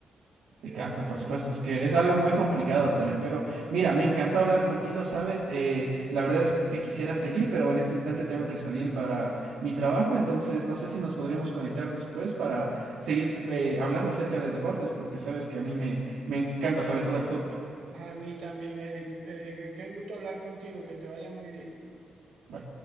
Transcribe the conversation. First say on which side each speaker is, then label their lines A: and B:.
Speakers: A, on the right; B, on the right.
A: Se
B: Yo
A: cansa, por
B: creo.
A: supuesto, es que es algo muy complicado también, pero mira, me encantó hablar contigo, ¿sabes? Eh, la verdad es que quisiera seguir, pero en este instante tengo que salir para mi trabajo, entonces no sé si nos podríamos conectar después para seguir eh, hablando acerca de deportes, porque sabes que a mí me, me encanta sobre todo el fútbol.
B: A mí también, Eric. Eh, qué gusto hablar contigo, que te vaya muy bien.
A: Bye.